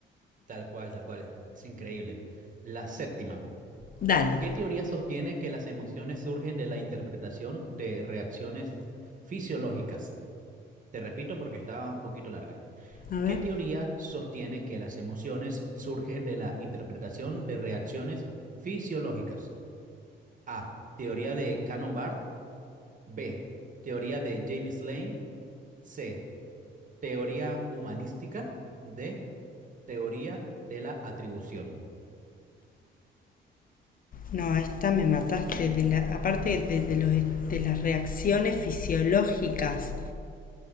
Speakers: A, on the right (about 40°); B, on the left (about 45°).
A: Tal cual, tal cual. Es increíble. La séptima.
B: Dale.
A: ¿Qué teoría sostiene que las emociones surgen de la interpretación de reacciones fisiológicas? Te repito porque estaba un poquito larga.
B: A ver.
A: ¿Qué teoría sostiene que las emociones surgen de la interpretación de reacciones fisiológicas? A. Teoría de cannon Barth. B. Teoría de James Lane. C. Teoría humanística. D. Teoría de la atribución.
B: No, a esta me mataste. De la, aparte de, de los, de las reacciones fisiológicas.